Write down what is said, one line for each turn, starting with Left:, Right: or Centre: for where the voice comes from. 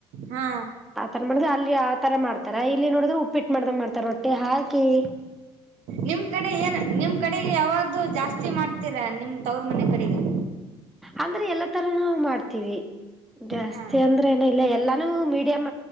Right: ಹಾ
Centre: ಆತರ ಮಾಡಿದ್ರೆ ಅಲ್ಲಿ ಆತರ ಮಾಡ್ತಾರ ಇಲ್ಲಿ ನೋಡಿದ್ರೆ ಉಪ್ಪಿಟ್ಟು ಮಾಡ್ದಂಗ ಮಾಡ್ತಾರ ರೊಟ್ಟಿ ಹಾಕಿ ಹಾಕಿ
Right: ನಿಮ್ ಕಡೆ ಏನ್ ನಿಮ್ ಕಡೆಗೆ ಯಾವ್ದೂ ಜಾಸ್ತಿ ಮಾಡ್ತೀರಾ ನಿಮ್ ತವ್ರ ಮನೆ ಕಡೆಗೆ
Centre: ಅಂದ್ರ ಎಲ್ಲಾ ತರಾನು ಮಾಡ್ತೀವಿ ಜಾಸ್ತಿ
Right: ಹಾ
Centre: ಅಂದ್ರ ಇಲ್ಲ ಎಲ್ಲಾನು ಮೀಡಿಯಂ